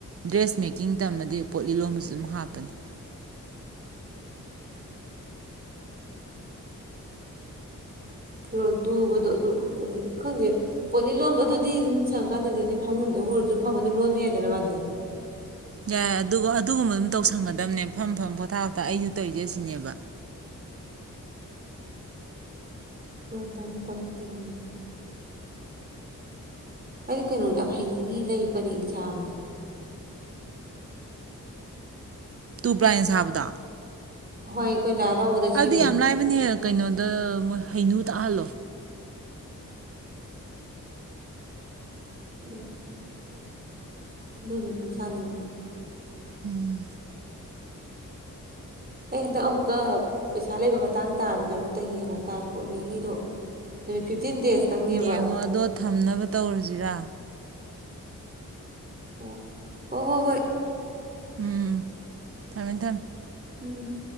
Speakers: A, on the right (about 45°); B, on the right (about 25°).
A: ꯗ꯭ꯔꯦꯁ ꯃꯦꯀꯤꯡ ꯇꯝꯃꯗꯤ ꯄꯣꯠ ꯂꯤ ꯂꯣꯟꯕꯁꯨ ꯑꯗꯨꯝ ꯍꯥꯞꯄꯅꯦ
B: ꯐꯤꯔꯣꯜ ꯇꯨꯕꯗꯣ ꯑꯗꯨ ꯑꯗꯨ ꯈꯪꯗꯦ ꯄꯣꯠꯂꯤ ꯂꯣꯟꯕ ꯑꯗꯨꯗꯤ ꯑꯗꯨꯝ ꯁꯪꯉꯀꯥꯟꯗꯗꯤ ꯐꯃꯨꯡꯗ ꯍꯔꯁꯨ ꯐꯃ ꯑꯗꯨꯝ ꯂꯣꯟꯕ ꯌꯥꯏꯗꯅ ꯃꯥꯥꯟꯗꯤꯦ
A: ꯌꯥꯏ ꯑꯗꯨꯒ ꯑꯗꯨꯒꯨꯝꯕ ꯑꯗꯨꯝ ꯇꯧꯁꯪꯒꯗꯕꯅꯦ ꯐꯝ ꯐꯝ ꯄꯣꯊꯥꯞꯇ ꯑꯩꯁꯨ ꯇꯧꯖꯦ ꯁꯤꯅꯦꯕ
B: ꯑꯗꯨꯣꯡ ꯇꯕꯨ ꯇꯪꯕꯨ ꯇꯝꯅꯤꯡꯉꯤ ꯑꯩꯗꯤ ꯀꯩꯅꯣꯗ ꯌꯥꯝ ꯍꯩꯅꯤꯡꯉꯤ ꯂꯩ ꯄꯔꯦꯡ ꯁꯥꯕꯁꯦ
A: ꯇꯨ ꯄ꯭ꯔꯥꯏꯟꯁ ꯁꯥꯕꯗꯣ
B: ꯍꯣꯏ ꯑꯩꯈꯣꯏ ꯂꯥꯏ ꯍꯔꯥꯎꯕꯗ ꯁꯤꯕꯗꯣ
A: ꯑꯗꯨ ꯌꯥꯝ ꯂꯥꯏꯕꯅꯦꯍ ꯀꯩꯅꯣꯗ ꯃꯣꯏ ꯍꯩꯅꯨ ꯇꯥꯜꯂꯣ
B: ꯎꯝ ꯗꯗꯨꯗ ꯁꯅꯅꯤ
A: ꯎꯝ
B: ꯑꯩ ꯍꯦꯛꯇ ꯑꯃꯨꯛꯀ ꯄꯩꯁꯥ ꯂꯩꯕ ꯃꯇꯥꯡ ꯇꯥꯔꯗꯤ ꯀꯩꯅꯣꯝꯇ ꯌꯦꯡꯍꯧ ꯇꯥꯔ ꯄꯣꯠꯂꯤꯒꯤꯗꯣ ꯅꯨꯃꯤꯠ ꯗꯦꯖꯇꯪꯅꯦꯕ
A: ꯌꯦꯡꯉꯣ ꯑꯗꯣ ꯊꯝꯅꯕ ꯇꯧꯔꯁꯤꯔꯥ
B: ꯑꯣ ꯍ ꯍꯣ ꯍꯣꯏ
A: ꯎꯝ ꯊꯃꯦ ꯊꯝ
B: ꯎꯝ